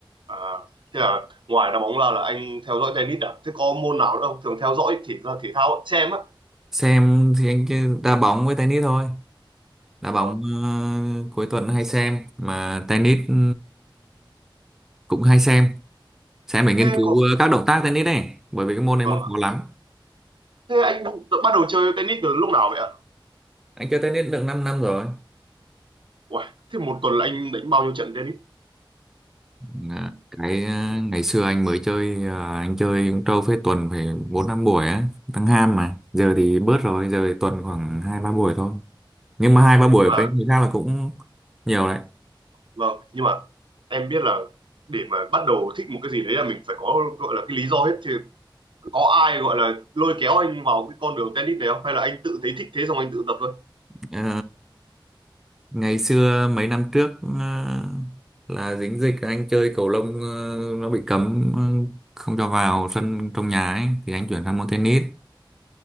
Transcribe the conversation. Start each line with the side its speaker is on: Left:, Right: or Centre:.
Right: À, thế là ngoài đá bóng là là anh theo dõi tennis à? Thế có môn nào nữa không? Thường theo dõi thể ra thể thao xem á.
Centre: Xem thì anh chơi đá bóng với tennis thôi. Đá bóng
Right: Vâng.
Centre: ờ, cuối tuần hay xem mà tennis ừ, cũng hay xem. Xem để nghiên
Right: Thế
Centre: cứu
Right: còn
Centre: ờ, các động tác tennis này bởi vì cái môn này
Right: vâng.
Centre: môn
Right: ạ.
Centre: khó lắm.
Right: Thế anh tự bắt đầu chơi tennis từ lúc nào vậy ạ?
Centre: Anh chơi tennis được 5 năm năm rồi.
Right: Uầy, thế một tuần là anh đánh bao nhiêu trận tennis?
Centre: Dạ, Cái ờ, ngày xưa anh mới chơi ờ, anh chơi cũng trâu phết tuần phải bốn năm buổi á tăng ham mà giờ thì bớt rồi giờ thì tuần khoảng hai ba buổi thôi nhưng mà hai ba buổi
Right: Nhưng mà
Centre: với người khác là cũng nhiều đấy
Right: vâng, nhưng mà em biết là để mà bắt đầu thích một cái gì đấy là mình phải có gọi là cái lý do hết. Thì có ai gọi là lôi kéo anh vào cái con đường tennis này không hay là anh tự thấy thích thế xong anh tự tập thôi
Centre: Ờ, ngày xưa mấy năm trước ờ, là dính dịch anh chơi cầu lông ờ, nó bị cấm ờ, không cho vào sân trong nhà ấy thì anh chuyển sang môn tennis